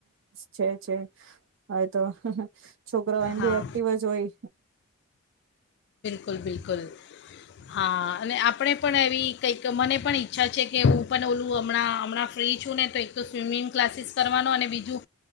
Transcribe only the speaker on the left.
હા
બિલકુલ બિલકુલ હા અને આપણે પણ એવી કઈક કે મને પણ ઈચ્છા છે કે હું પણ ઓલું હમણાં હમણાં ફ્રી છું ને તો એક સ્વિમિંગ ક્લાસીસ કરવાનો અને બીજું